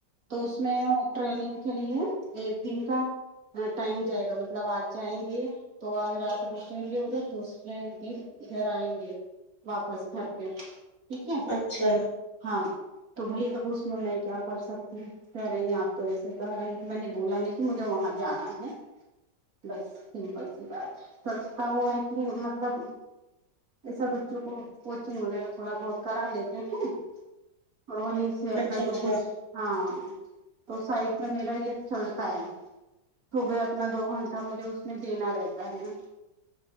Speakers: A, on the right (about 50°); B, on the left (about 45°).
A: تو اس میں ٹریننگ کے لیے ایک دن کا ٹائم جائے گا مطلب آج جائیں گے تو آج رات رکیں گے ادھر دوسرے دن ادھر آئیں گے واپس گھر پہ ٹھیک ہے
B: اچھا
A: ہاں تو بھائی اب اس میں میں کیا کر سکتی ہوں کہہ رہی ہیں آپ تو ایسے کہہ رہی ہیں میں نے بولا نہیں کہ مجھے وہاں جانا ہے بس سمپل سی بات ہے سنستھا وہ ہے کہ مطلب ایسا بچوں کو کوچنگ وغیرہ تھوڑا بہت کرا لیتے ہیں اور وہیں سے
B: اچھا اچھا
A: اپنا
B: اچھا
A: جو کچھ ہاں تو سائیڈ میں میرا یہ چلتا ہے صبح اپنا دو گھنٹ تب مجھے اس میں دینا رہتا ہے